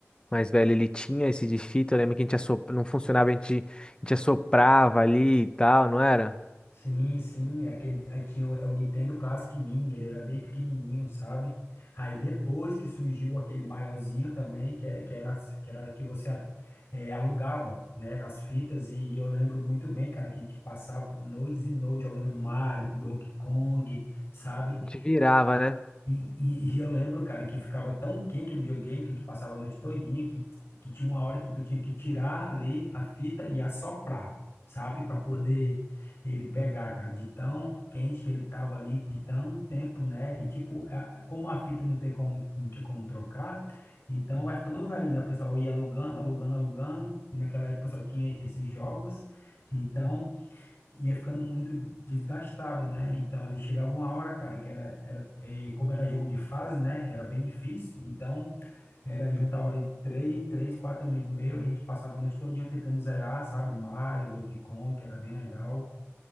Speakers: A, on the left; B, on the left.
A: mais velho, ele tinha esse de fita. Eu lembro que a gente assop... não funcionava, a gente... a gente assoprava ali e tal, não era?
B: Sim, sim, é aquele, aí tinha o, é o Nintendo Classic Mini, ele era bem pequenininho, sabe? Aí depois que surgiu aquele maiorzinho também, que, é- que era, as- que era que você é, alugava, né, as fitas, e, e eu lembro muito bem, cara, que a gente passava noites e noites jogando Mario, Donkey Kong, sabe?
A: A gente virava, né?
B: E, e- e eu lembro, cara, que ficava tão quente o videogame que a gente passava a noite todinha que, que tinha uma hora que tu tinha que tirar ali a fita e assoprar, sabe? Para poder ele pegar, cara, de tão quente que ele tava ali, de tão tempo, né? E tipo, a- como a fita não tem como, não tinha como trocar, então vai ficando velho, né? O pessoal ia alugando, alugando, alugando, e naquela época só tinha esses jogos. Então, ia ficando muito desgastado, né? Então ali chegava uma hora, cara, que era, era eh, como era jogo de fase, né? Era bem difícil. Então era juntava ali três, três, quatro amigos meus, e a gente passava a noite todinha tentando zerar, sabe? Mario, Donkey Kong, que era bem legal,